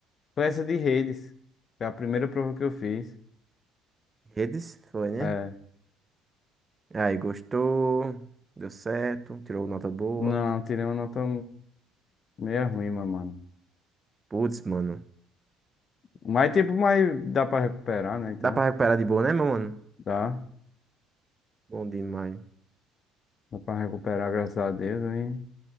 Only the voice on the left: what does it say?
Foi essa de redes. Foi a primeira prova que eu fiz.
É.
Não, tirei uma nota meio ruim, mas, mano.
Mas, tipo, mas dá pra recuperar, né? Então,
dá.
Dá pra recuperar, graças a Deus, aí